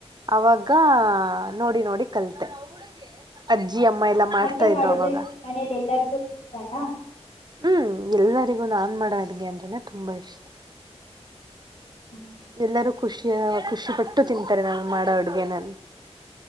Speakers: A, on the right; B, on the left.
A: ಅವಾಗ
B: ಹಾಂ
A: ನೋಡಿ ನೋಡಿ ಕಲ್ತೆೆ. ಅಜ್ಜಿ ಅಮ್ಮ ಎಲ್ಲಾ ಮಾಡ್ತಾ
B: ಅಡುಗೆ
A: ಇದ್ರು
B: ಮಾಡಿದ್ರೆ
A: ಅವಾಗ.
B: ನಿಮ್ಮ ಮನೇಲಿ ಎಲ್ಲರಿಗು ಇಷ್ಟನ.
A: ಹ್ಮ್ ಎಲ್ಲರಿಗೂ ನಾನ್ ಮಾಡೋ ಅಡ್ಗೆ ಅಂದ್ರನೆ ತುಂಬಾ ಇಷ್ಟ.
B: ಹ್ಮ್
A: ಎಲ್ಲರೂ ಖುಷಿಯ ಖುಷಿಪಟ್ಟು ತಿಂತಾರೆ ನಾನು ಮಾಡೋ ಅಡ್ಗೆ ನನ್